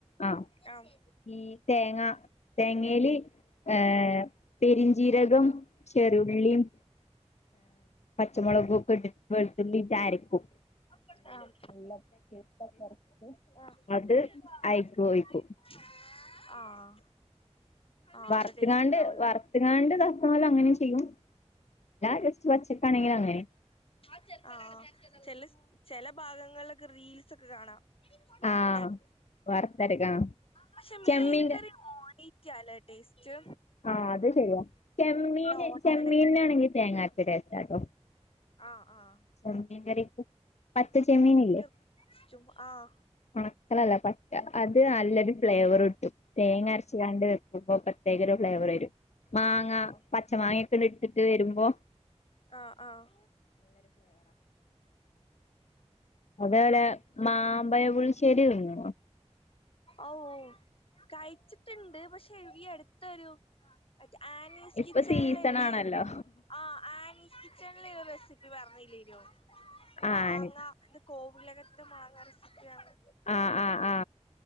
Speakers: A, on the left; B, on the left.
A: ആഹ
B: ആഹ്
A: ഈ തേങ്ങ തേങ്ങേല് ഏ പെരിഞ്ചീരകം ചെറിയുള്ളീം പച്ചമൊളകും ഒക്കെട്ട്ട്ട് വെളുത്തുള്ളിട്ടരക്കും.
B: <unintelligible>
A: അത് അയിക്ക് ഒഴിക്കും
B: ആഹ്. ആഹ്
A: വറുത്ത്ങ്ങാണ്ട്
B: അത് ടേസ്റ്റ് ഉണ്ടാവൂലേ
A: വറുത്ത്ങ്ങാണ്ട്ത ല ങ്ങനെ ചെയ്യും ല്ല ജസ്റ്റ് പച്ചക്കാ ണെങ്കി അങ്ങനെ.
B: ആഹ് ചെല ചെല ഭാഗങ്ങളിലൊക്കെ റീൽസൊക്കെ കാണാ. വർത്ത
A: ആഹ് വറുത്തരക്കാ
B: പഷെ മീൻകറി
A: ചെമ്മീൻ
B: റ്റാല ട്ടേസ് റ്റ്
A: ആ അത് ശെരിയാ ചെമ്മീന്
B: ഓട്ടടക്ക്
A: ചെമ്മീനിനാണെങ്കി തേങ്ങാര്ച്ച ടെ സ്റ്റാട്ടോ.
B: ആ ആ. ആ
A: ചെമ്മീകറിക്കും പച്ച ചെമ്മീനില്ലേ?
B: ചെമ്മീൻ ചും ആഹ്.
A: ഒണക്കല്ല പച്ച അത് അല്ലൊരു ഫ്ലേവർ കിട്ടും തേങ്ങരച്ച് <unintelligible> വെക്കുമ്പോ പെത്യേക ഒര് ഫ്ലവറ് രും മാങ്ങാ
B: ആഹ്
A: പ ച്ച മാങ്ങ ഓക്കെ ഇട്ടിട്ട് വെരുമ്പോ
B: ആഹ ആഹ
A: അതോലെ മാമ്പയപുളിശ്ശേരി തിന്ന്ണോ?
B: ഔ കഴിച്ചിട്ട്ണ്ട് പക്ഷെ ഈ അടുത്തൊരു ആക് ആനീസ്
A: ഇപ്പൊ
B: കിച്ചൺ
A: സീസൺ
B: ള്ള്ല്ലെ
A: ആണല്ലോ
B: ആ ആനി കിച്ചൺ ഒരു റെസിപ്പി പർണീല്ലേനോ മാങ്ങ
A: ആണ്
B: എന്ത് കോവിലകത്തെ മാങ്ങ റെസിപ്പി ആണ്
A: ആഹ് ആഹ് ആഹ